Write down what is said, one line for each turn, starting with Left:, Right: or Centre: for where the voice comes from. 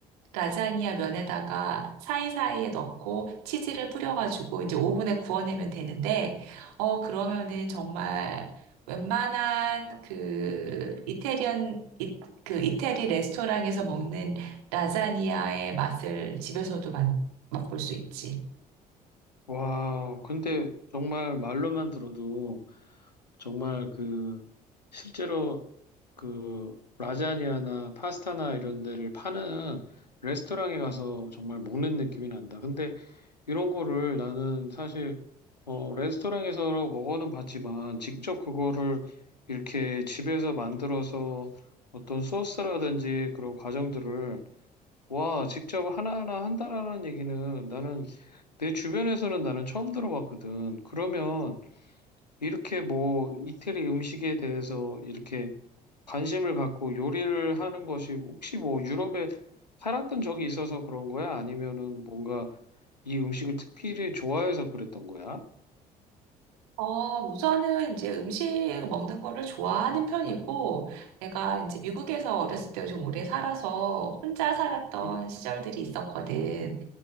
Right: 라자니아 면에다가 사이사이에 넣고 치즈를 뿌려가지고 이제 오븐에 구워내면 되는데, 어, 그러면은 정말 웬만한 그 이태리언, 이, 그 이태리 레스토랑에서 먹는 라자니아의 맛을 집에서도 만, 맛볼 수 있지.
Left: 와, 근데 정말 말로만 들어도 정말 그 실제로 그 라자냐나 파스타나 이런 데를 파는 레스토랑에 가서 정말 먹는 느낌이 난다. 근데 이런 거를 나는 사실 어, 레스토랑에서 먹어는 봤지만 직접 그거를 이렇게 집에서 만들어서 어떤 소스라든지 그런 과정들을 와, 직접 하나하나 한다라는 얘기는 나는 내 주변에서는 나는 처음 들어봤거든. 그러면 이렇게 뭐 이태리 음식에 대해서 이렇게 관심을 갖고 요리를 하는 것이 혹시 뭐 유럽에 살았던 적이 있어서 그런 거야? 아니면은 뭔가 이 음식을 특별히 좋아해서 그랬던 거야?
Right: 어, 우선은 이제 음식 먹는 거를 좋아하는 편이고, 내가 이제 미국에서 어렸을 때 좀 오래 살아서 혼자 살았던
Left: 음,
Right: 시절들이 있었거든.